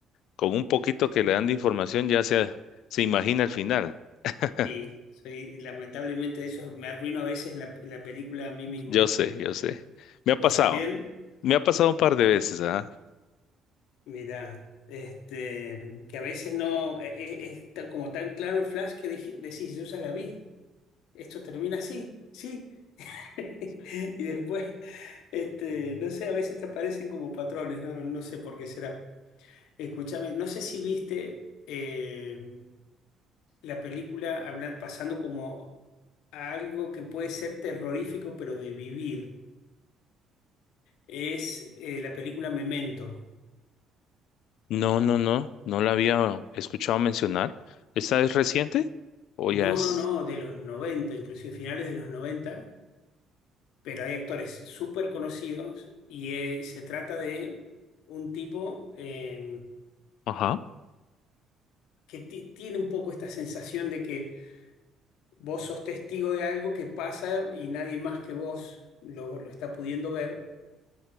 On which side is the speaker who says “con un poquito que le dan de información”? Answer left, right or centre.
Left